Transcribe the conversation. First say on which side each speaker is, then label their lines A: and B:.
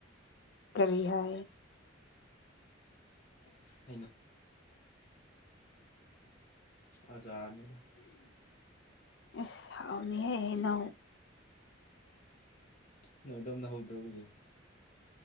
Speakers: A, on the left; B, on the left.
A: ꯀꯔꯤ ꯍꯥꯏ ꯎ <inaudible>
B: ꯍꯩꯅꯧ ꯑꯖꯔꯅꯤꯗ
A: ꯑꯁ ꯍꯥꯎꯅꯤꯍꯦ ꯍꯩꯅꯧ
B: ꯅꯣꯏ ꯑꯗꯣꯝꯗ ꯍꯧꯗ꯭ꯔꯕꯣꯖꯦ